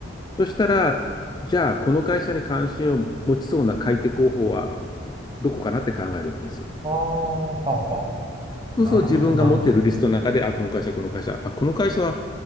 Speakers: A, on the left; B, on the right.
A: そしたら、じゃあ、この会社に関心を持ちそうな買い手候補はどこかなって考えるわけですよ。
B: ああ、はあはあはあはあ。
A: そうすると自分が持っているリストの中で、
B: なるほど、なるほど。
A: あ、この会社、この会社、あ、この会社は、